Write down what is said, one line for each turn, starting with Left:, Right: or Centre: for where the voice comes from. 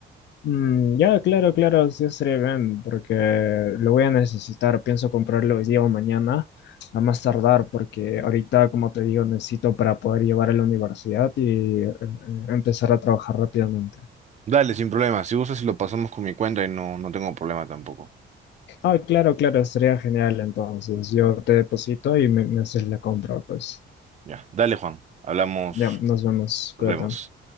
Left: Mm, ya, claro, claro, sí estaría bien, porque lo voy a necesitar. Pienso comprarlo hoy día o mañana, a más tardar, porque ahorita, como te digo, necesito para poder llevar a la universidad y eh, empezar a trabajar rápidamente.
Right: Dale, sin problema. Si gustas, lo pasamos con mi cuenta y no, no tengo problema tampoco.
Left: Ah, claro, claro, estaría genial. Entonces, yo te deposito y me, me haces la compra, pues.
Right: Ya, dale, Juan. Hablamos,
Left: Ya, nos vemos,
Right: nos
Left: cuídate.
Right: vemos.